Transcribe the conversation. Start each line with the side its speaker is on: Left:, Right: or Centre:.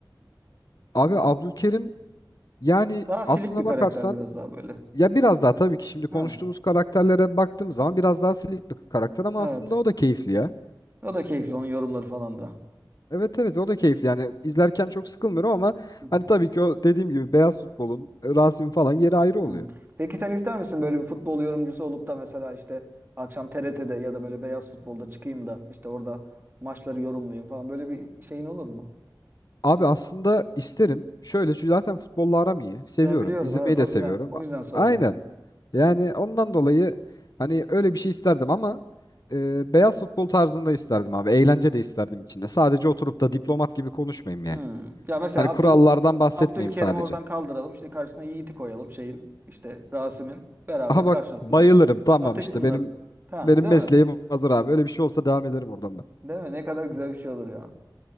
Left: Abi Abdülkerim yani
Right: Daha
Left: aslına
Right: silik bir karakter
Left: bakarsan
Right: biraz daha böyle.
Left: Ya biraz daha tabii ki şimdi
Right: Ha.
Left: konuştuğumuz karakterlere baktığım zaman biraz daha silik bir karakter ama
Right: Evet.
Left: aslında o da keyifli ya.
Right: O da keyifli onun yorumları falan da.
Left: Evet evet o da keyifli yani izlerken çok sıkılmıyorum ama
Right: Hı hı.
Left: hani tabii ki o dediğim gibi beyaz futbolun e, Rasim falan yeri ayrı
Right: Hı.
Left: oluyor.
Right: Peki sen ister misin böyle bir futbol yorumcusu olup da mesela işte akşam TRT'de ya da böyle beyaz futbolda çıkayım da işte orada maçları yorumlayayım falan böyle bir şeyin olur mu?
Left: Abi aslında isterim şöyle çünkü zaten futbolla aram iyi seviyorum
Right: Ya biliyorum
Left: izlemeyi
Right: evet
Left: de
Right: o
Left: seviyorum.
Right: yüzden o yüzden sordum.
Left: Aynen
Right: Evet.
Left: yani ondan dolayı hani öyle bir şey isterdim ama e, beyaz futbol tarzında isterdim abi eğlence de isterdim içinde sadece oturup da diplomat gibi konuşmayayım yani.
Right: Hı. Ya mesela
Left: Hani
Right: Abdül
Left: kurallardan bahsetmeyeyim
Right: Abdülkerim'i
Left: sadece.
Right: oradan kaldıralım. İşte karşısına Yiğit'i koyalım şeyin. işte Rasim'in. Beraber
Left: Aha bak
Right: karşılıklı
Left: bayılırım. Tamam
Right: atışsınlar.
Left: işte benim
Right: Ha,
Left: benim
Right: değil
Left: mesleğim
Right: mi?
Left: hazır abi. Öyle bir şey olsa devam ederim oradan ben.
Right: Değil mi? Ne kadar güzel bir şey olur ya.